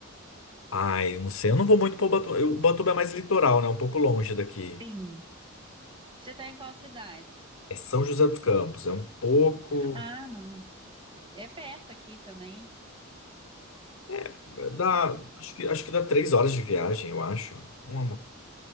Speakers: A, on the left; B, on the right.
A: Ai, eu não sei, eu não vou muito pro Ubatuba. Eu- Ubatuba é mais litoral, né? É Um pouco longe daqui.
B: Sim. Você está em qual cidade?
A: É São José dos Campos, é um pouco...
B: Ah, não. É perto aqui também.
A: é, Dá, acho que, acho que dá três horas de viagem, eu acho. Não é uma,